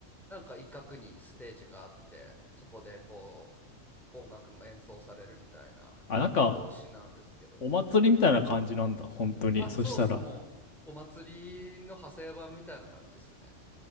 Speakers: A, in the centre; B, on the left (about 70°).
A: なんか一角にステージがあって、そこでこう、音楽も演奏されるみたいな催しなんですけど。
B: あ、なんか、お祭りみたいな感じなんだ。本当に。
A: あ、
B: そしたら、
A: そうっす。もう、お祭りの派生版みたいな感じですね。